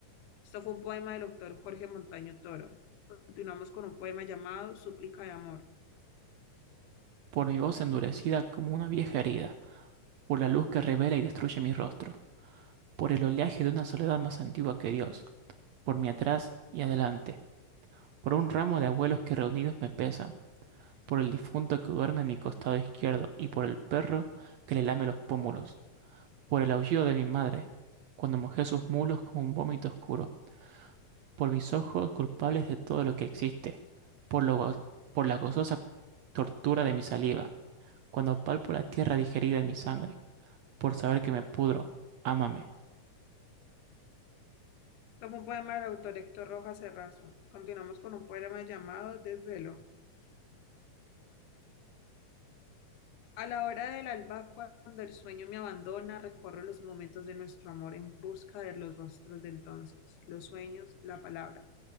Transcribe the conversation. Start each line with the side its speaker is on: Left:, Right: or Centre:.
Left: Esto fue un poema del autor Jorge Montaño Toro. Continuamos con un poema llamado Súplica de Amor.
Right: por mi voz endurecida como una vieja herida, por la luz que revela y destruye mi rostro, por el oleaje de una soledad más antigua que Dios, por mi atrás y adelante, por un ramo de abuelos que reunidos me pesan, por el difunto que duerme en mi costado izquierdo y por el perro que le lame los pómulos. por el aullido de mi madre, cuando mojé sus mulos como un vómito oscuro, por mis ojos culpables de todo lo que existe, por lo go- por la gozosa tortura de mi saliva, cuando palpo la tierra digerida en mi sangre, por saber que me pudro, ámame.
Left: Tomo un poema del autor Héctor Rojas Cerrazo. Continuamos con un poema llamado Desvelo. A la hora del alba, cuando el sueño me abandona, recorro los momentos de nuestro amor en busca de los rostros de entonces, los sueños, la palabra.